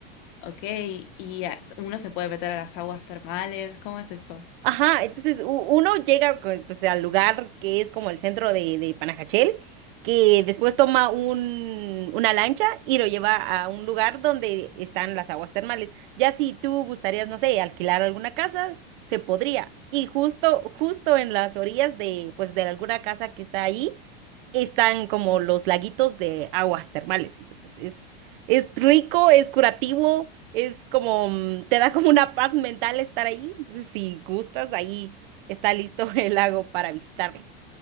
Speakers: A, on the left (about 60°); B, on the right (about 65°).
A: Ok, y ah, uno se puede meter a las aguas termales. ¿Cómo es eso?
B: Ajá, entonces u- uno llega co- pues, al lugar que es como el centro de, de Panajachel, que después toma un, una lancha y lo lleva a un lugar donde están las aguas termales. Ya si tú gustarías, no sé, alquilar alguna casa, se podría. Y justo, justo en las orillas de, pues, de alguna casa que está ahí, están como los laguitos de aguas termales. Entonces es, es rico, es curativo, es como, mm, te da como una paz mental estar ahí. Entonces si gustas, ahí está listo <laughs> el lago para visitarlo.